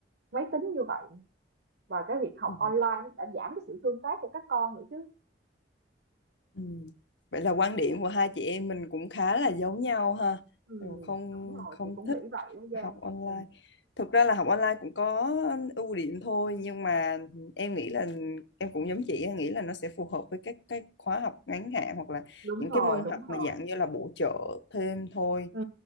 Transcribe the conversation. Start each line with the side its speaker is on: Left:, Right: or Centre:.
Right: máy tính như vậy và cái việc học
Left: Ừ.
Right: online đã giảm cái sự tương tác của các con nữa chứ
Left: Ừ. Vậy là quan điểm của hai chị em mình cũng khá là giống nhau ha.
Right: ừ
Left: Đều không
Right: đúng rồi
Left: không
Right: chị cũng
Left: thích
Right: nghĩ vậy đó Giang
Left: học online.
Right: ừ,
Left: Thực ra là học online cũng có ưu điểm thôi nhưng mà em nghĩ là em cũng giống chị em nghĩ là nó sẽ phù hợp với các cái khóa học ngắn hạn hoặc là
Right: đúng
Left: những
Right: rồi
Left: cái môn
Right: đúng
Left: học mà
Right: rồi
Left: dạng như là bổ trợ thêm thôi
Right: ừ